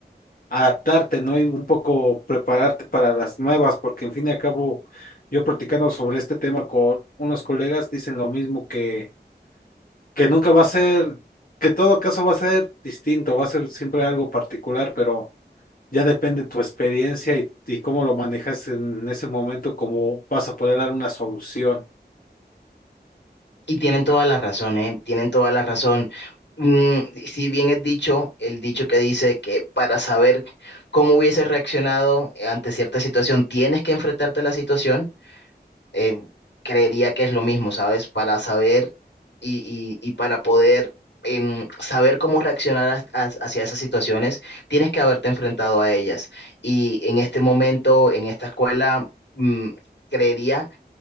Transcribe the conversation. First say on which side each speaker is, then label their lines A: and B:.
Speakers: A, on the left; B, on the left.
A: adaptarte, ¿no? Y un poco prepararte para las nuevas, porque en fin y al cabo, yo platicando sobre este tema con unos colegas, dicen lo mismo que, que nunca va a ser, que todo caso va a ser distinto, va a ser siempre algo particular, pero ya depende tu experiencia y, y cómo lo manejas en ese momento, cómo vas a poder dar una solución.
B: Y tienen toda la razón, ¿eh? Tienen toda la razón. Mm, si bien es dicho, el dicho que dice que para saber cómo hubieses reaccionado ante cierta situación, tienes que enfrentarte a la situación, eh, creería que es lo mismo, ¿sabes? Para saber y, y- y para poder em, saber cómo reaccionar ha- ha- hacia esas situaciones, tienes que haberte enfrentado a ellas. Y en este momento, en esta escuela, mm, creería